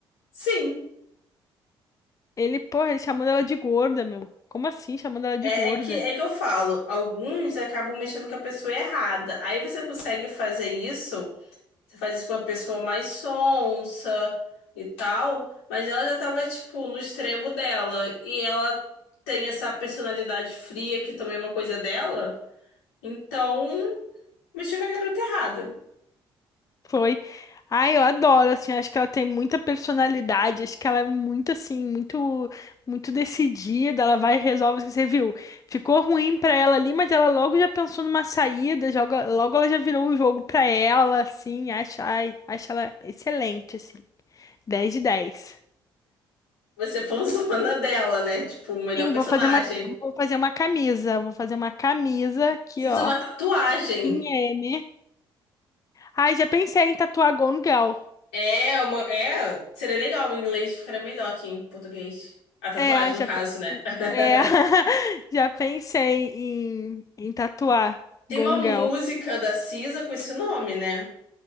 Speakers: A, on the left (about 70°); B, on the left (about 25°).
A: Sim.
B: Ele, porra, ele chamando ela de gorda, meu. Como assim, chamando ela de
A: É,
B: gorda?
A: é que, é que eu falo, alguns acabam mexendo com a pessoa errada. Aí você consegue fazer isso Você faz isso com uma pessoa mais sonsa e tal, mas ela já tava, tipo, no extremo dela. E ela tem essa personalidade fria que também é uma coisa dela. Então, mexeu com a garota errada.
B: Foi. Ai, eu adoro, assim, acho que ela tem muita personalidade, acho que ela é muito, assim, muito, muito decidida, ela vai e resolve, o que você viu, ficou ruim pra ela ali, mas ela logo já pensou numa saída, joga, logo ela já virou um jogo pra ela, assim, acha, ai, acho ela excelente, assim, Dez de 10.
A: Você é fãzona <laughs> dela, né? Tipo, o melhor
B: Sim,
A: personagem.
B: vou fazer uma, vou fazer uma camisa. Vou fazer uma camisa aqui,
A: Você fez
B: ó.
A: uma tatuagem.
B: Team M. Ai, já pensei em tatuar Gone Girl.
A: É, uma. É, seria legal em inglês, ficaria melhor que em português. A tatuagem,
B: É, já,
A: no caso,
B: pe-
A: né? <laughs>
B: é, <laughs> já pensei em, em tatuar
A: Tem
B: Gone
A: uma música
B: Girl.
A: da Cisa com esse nome, né?